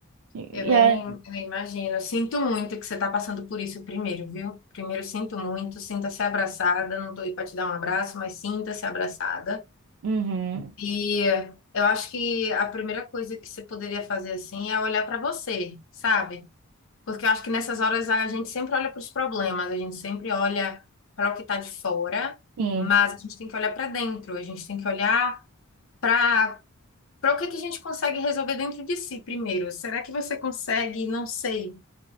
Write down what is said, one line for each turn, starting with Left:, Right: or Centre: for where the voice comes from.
Right: E
Left: Eu nem,
Right: e aí,
Left: eu nem imagino. Eu Sinto muito que você tá passando por isso primeiro, viu? Primeiro, sinto muito, sinta-se abraçada. Não tô aí pra te dar um abraço, mas sinta-se abraçada.
Right: uhum,
Left: E eh, eu acho que a primeira coisa que você poderia fazer assim é olhar pra você, sabe? Porque eu acho que nessas horas a gente sempre olha para os problemas, a gente sempre olha para o que está de fora,
Right: sim.
Left: mas a gente tem que olhar para dentro, a gente tem que olhar para para o que que a gente consegue resolver dentro de si primeiro. Será que você consegue, não sei,